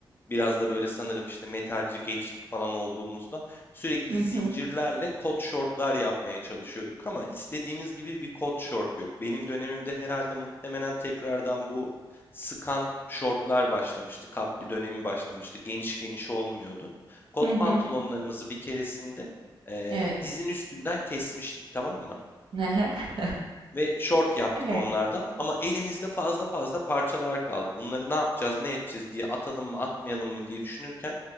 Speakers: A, on the left; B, on the right.
A: biraz da böyle sanırım işte metalci gençlik falan olduğumuzda sürekli
B: Hı
A: zincirlerle
B: hı.
A: kot şortlar yapmaya çalışıyorduk ama istediğimiz gibi bir kot şort yok. Benim dönemimde herhalde muhtemelen tekrardan bu sıkan şortlar başlamıştı. Kapri dönemi başlamıştı. Geniş geniş olmuyordu. Kot
B: Hı hı.
A: pantolonlarımızı bir keresinde ee,
B: Evet.
A: dizin üstünden kesmiştik tamam mı?
B: <laughs>
A: Ve short yaptık
B: Evet.
A: onlardan ama elimizde fazla fazla parçalar kaldı. Bunları ne yapacağız, ne edeceğiz diye atalım mı, atmayalım mı diye düşünürken